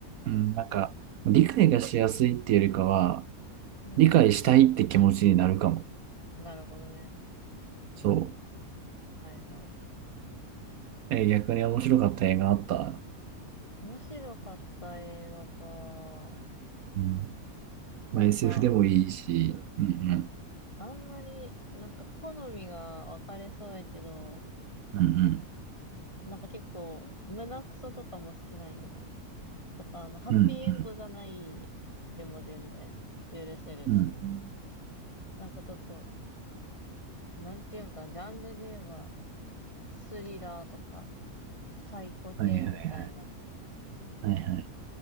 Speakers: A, on the right; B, on the left.
A: うん。なんか、理解がしやすいっていうよりかは、
B: うん、
A: 理解したいって気持ちになるかも。
B: なるほどね。
A: そ
B: はいはい。
A: う。えー逆に面白かった映画あった。
B: 面白かった映画か。
A: うん
B: なんか、
A: まあ、SF でもいいし。うん
B: あんまり、なんか好みが分かれそうやけど、
A: うん
B: なんか結構、胸クソとかも好きなんよね。とか、あの、ハッピーエンドじゃないくても全然許せるし、
A: うんうんうんうん
B: なんかちょっと、なんていうんかな、ジャンルで言えば、スリラーとか、サイコ系みたいな
A: はいはいはいはい。